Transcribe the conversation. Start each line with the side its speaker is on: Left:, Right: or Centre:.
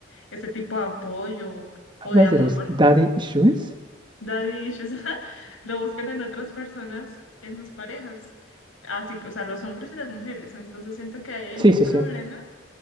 Left: ese tipo de apoyo
Right: ¿Hablas
Left: o de amor,
Right: de los daddy issues?
Left: daddy issues, <laughs> lo buscan en otras personas, en sus parejas, así, que, o sea, los hombres y las mujeres. Entonces siento que ahí hay
Right: Sí,
Left: un
Right: sí,
Left: problema
Right: sí.